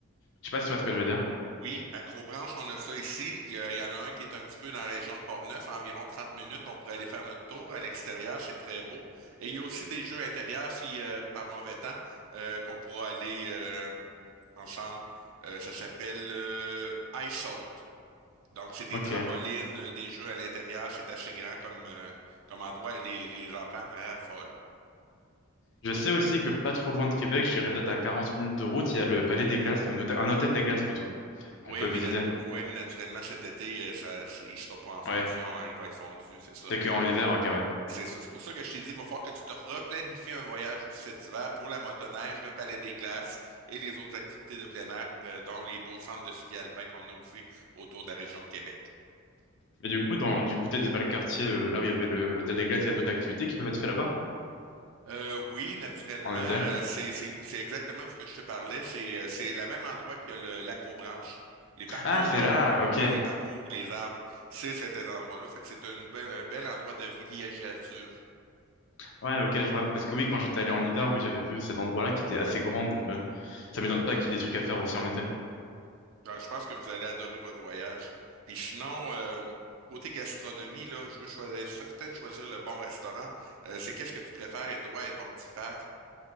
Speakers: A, on the left (about 55°); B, on the right (about 65°).
A: Je sais pas si tu vois ce que je veux dire.
B: Oui, à Crobranche, on a ça ici. Il y, a- il y en a un qui est un petit peu dans la région de Portneuf, à environ 30 minutes. On pourrait aller faire notre tour à l'extérieur, c'est très beau. Et il y a aussi des jeux intérieurs, si euh, par mauvais temps, euh, qu'on pourra aller euh, ensemble. Euh, ça s'appelle euh, Ice Out. Donc, c'est des
A: Ok.
B: trampolines, euh, des jeux à l'intérieur. C'est assez grand comme, euh, comme endroit et les, les enfants raffolent.
A: Je sais aussi que pas trop loin de Québec, j'irai peut-être à quarante minutes de route, il y a le Palais des Glaces, ou une hôte- un hôtel des Glaces plutôt, qu'on
B: Oui,
A: peut visiter.
B: mais, nat- ouais, mais naturellement, cet été, euh, ça, il ne sera pas en fonction,
A: Ouais.
B: hein, il va être fondu, c'est ça.
A: T'es que en hiver, ok, ouais.
B: C'est ça. C'est pour ça que je t'ai dit qu'il va falloir que tu te replanifies un voyage aussi cet hiver pour la motoneige, le Palais des Glaces et les autres activités de plein air, euh, dont les beaux centres de ski alpin qu'on a aussi autour de la région de Québec.
A: Mais du coup, dans, du côté de Valcartier, euh, là où il y avait le- l'hôtel des Glaces, il y a d'autres activités qui peuvent être faites là-bas,
B: Euh, oui, naturellement,
A: en été.
B: euh, c'est c'est- c'est exactement ce que je te parlais. C'est euh, c'est le même endroit que le l'acrobranche. Les parcours,
A: Ah, c'est
B: là.
A: là, ok.
B: Oui, les parcours ou les arbres, c'est cet endroit-là. Fait que c'est un bel, un bel endroit de villégiature.
A: Ouais, ok, je vois. Parce que oui, quand j'étais allé en hiver, oui, j'avais vu cet endroit-là qui était assez grand, donc. euh, ça m'étonne pas qu'il y ait des trucs à faire aussi en été.
B: Ah, je pense que vous allez adorer votre voyage. Puis sinon, euh, côté gastronomie, là, je veux choisir, certain de choisir le bon restaurant. Euh, c'est qu'est-ce que tu préfères, et toi et ton petit frère?